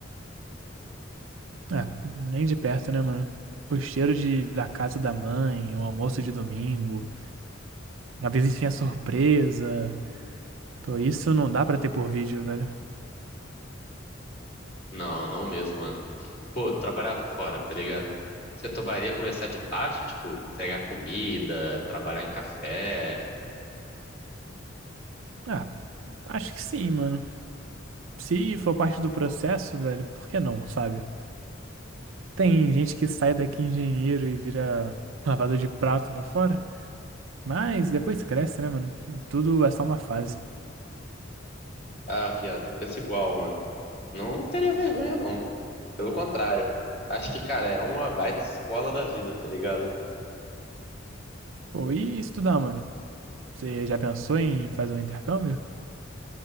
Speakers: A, on the right; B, on the left.
A: Ah, nem de perto, né, mano? O cheiro de, da casa da mãe, o almoço de domingo, a visitinha surpresa. Pô, isso não dá pra ter por vídeo, velho.
B: Não, não mesmo, mano. Pô, trabalhar fora, tá ligado? Você toparia começar de baixo, tipo, entregar comida, trabalhar em café?
A: Ah, Acho que sim, mano. Se for parte do processo, velho, por que não, sabe? Tem gente que sai daqui engenheiro e vira lavador de prato lá fora, mas depois cresce, né, mano? Tudo é só uma fase.
B: Ah, viado, eu penso igual, mano. Não teria vergonha, não. Pelo contrário. Acho que, cara, é uma baita escola da vida, tá ligado?
A: Pô, e estudar, mano? Você já pensou em fazer um intercâmbio?